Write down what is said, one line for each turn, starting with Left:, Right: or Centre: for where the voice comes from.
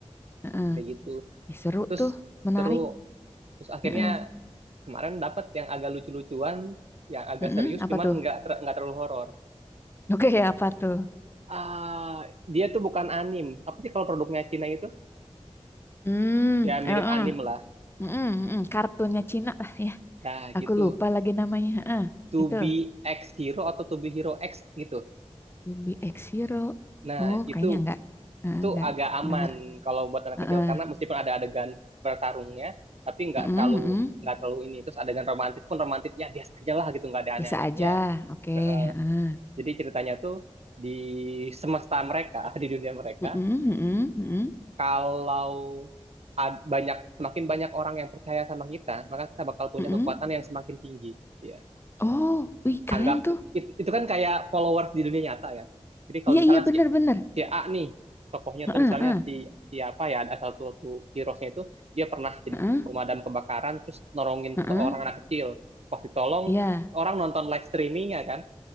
Left: Heeh.
Right: kayak gitu.
Left: Ih, seru
Right: Terus
Left: tuh, menarik.
Right: seru. Terus akhirnya
Left: Heeh.
Right: Kemarin dapat yang agak lucu-lucuan, yang agak
Left: Heeh,
Right: serius,
Left: apa
Right: cuman
Left: tuh?
Right: nggak ter- nggak terlalu horor.
Left: <laughs> Oke, apa tuh?
Right: Ah, dia tuh bukan anim. Apa sih kalau produknya Cina itu?
Left: Hmm,
Right: Ya mirip
Left: heeh.
Right: anim lah.
Left: Mm-mm, mm-mm, kartunnya Cina lah ya.
Right: Nah
Left: Aku
Right: gitu.
Left: lupa lagi namanya. Heeh,
Right: To
Left: itu
Right: be X Hero atau To be Hero X gitu.
Left: Ruby X Hero.
Right: Nah
Left: Oh,
Right: itu
Left: kayaknya enggak. Heeh,
Right: itu
Left: enggak
Right: agak aman
Left: dengar.
Right: kalau buat anak
Left: Heeh.
Right: kecil karena meskipun ada adegan bertarungnya, tapi nggak
Left: Mm-mm,
Right: terlalu
Left: mm-mm.
Right: nggak terlalu ini. Terus adegan romantis pun romantis ya biasa aja lah gitu, nggak ada
Left: Biasa
Right: aneh-anehnya.
Left: aja. Oke,
Right: Eh,
Left: heeh.
Right: jadi ceritanya tuh di semesta mereka, <laughs> di dunia mereka,
Left: Mm-mm, mm-mm, mm-mm,
Right: kalau ad- banyak semakin banyak orang yang percaya sama kita, maka kita bakal punya
Left: mm-mm.
Right: kekuatan yang semakin tinggi. Ya.
Left: Oh, wih
Right: Anggap
Left: keren tuh.
Right: it- itu, kan kayak followers di dunia nyata kan. Jadi kalau
Left: Iya,
Right: misalnya
Left: iya benar-benar.
Right: si, si A nih tokohnya
Left: Heeh,
Right: tuh misalnya
Left: heeh,
Right: si siapa ya ada satu satu heroesnya itu dia pernah jadi
Left: heeh,
Right: pemadam kebakaran terus nolongin
Left: heeh.
Right: seseorang anak kecil. Pas ditolong
Left: Iya,
Right: orang nonton live streamingnya kan.